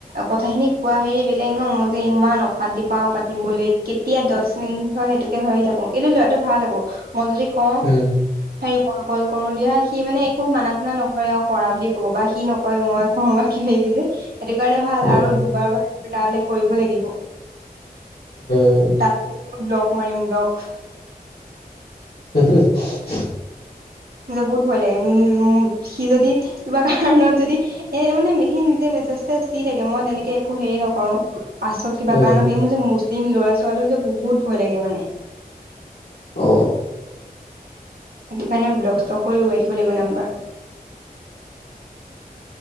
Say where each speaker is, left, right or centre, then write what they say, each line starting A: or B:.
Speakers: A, on the right (about 75°); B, on the left (about 85°).
A: কথাখিনি কোৱা হেৰি বেলেগ ন মই যে ইমান অশান্তি পাও পাতিবলৈ কেত তিয়া দহ মিনিট হয় সেইটোকে ভাবি থাকো কিন্তু লৰাটো ভাল আকৌ মই যদি কওঁ
B: উম।
A: হেৰি মই কল কৰো দিয়া সি মানে একো মানা চনা নকৰে আৰু কৰা বুলি কব বা সি নকয় মই <unintelligible> সেইটো কাৰণে ভাল
B: উম
A: আৰু দুবাৰ বাৰ তালৈ কৰিব লাগিব
B: উম
A: তাৰপিছত ব্লক মাৰিম ব্লক
B: <inaudible>
A: বহুত ভয় লাগে উ সি যদি কিবা কাৰনত যদি এ মানে ম হি নিজে মেছেজ চেছজ দি থাকে মই তেনেকে একো হেৰি নকৰো পাছত কিবা
B: উম।
A: কাৰণত লাগে মোৰ যে মুছলিম ল'ৰা ছোৱালীও যে বহুত ভয় লাগে মানে
B: অ
A: সেইটো কাৰণে ব্লক ষ্টল কৰি ওৰুৱাই দিব লাগিব নাম্বাৰ